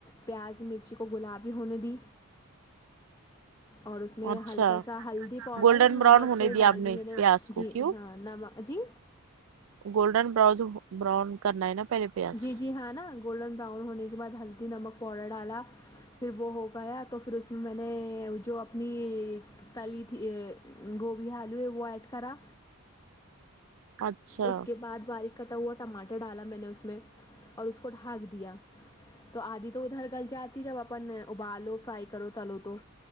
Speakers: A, on the left; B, on the right.
A: پیاز مرچی کو گلابی ہونے دی اور اس میں
B: اچھا
A: ہلکا سا ہلدی پاؤڈر
B: گولڈن
A: اور
B: براؤن
A: نمک
B: ہونے دیا
A: ڈال
B: آپ
A: دی میں نے
B: پیاز کو
A: جی
B: کیوں
A: ہاں نما جی
B: گولڈن براؤز براؤن کرنا ہے نا پہلے پیاز
A: جی جی ہاں نا گولڈن براؤن ہونے کے بعد ہلدی نمک پاؤڈر ڈالا پھر وہ ہو گیا تو پھر اس میں میں نے جو اپنی تلی تھی گوبھی آلو ہے وہ ایڈ کرا
B: اچھا
A: اس کے بعد باریک کٹا ہوا ٹماٹر ڈالا میں نے اس کو میں اور اس کو ڈھاک دیا تو آدھی تو ادھر گل جاتی جب اپن ابالو فرائی کرو تلو تو